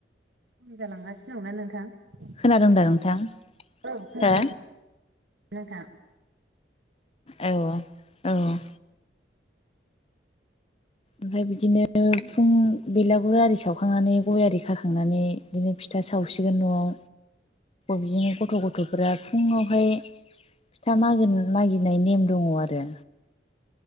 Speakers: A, on the right (about 75°); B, on the left (about 35°).
A: खम जालांगासिनो दंना नोंथां
B: खोनादों दा नोंथां
A: औ खोनागासिनो।
B: हो
A: नोंथां
B: औ औ ओमफ्राय बिदिनो फुं बेलागुर आरि सावखांनानै गय आरि खाखांनानै बिदिनो फिथा सावसिगोन न'आव।
A: <inaudible>
B: बिदिनो गथ' गथ'फोरा फुंङावहाय फिथा मागिनाय मागिनाय नेम दंङो आरो।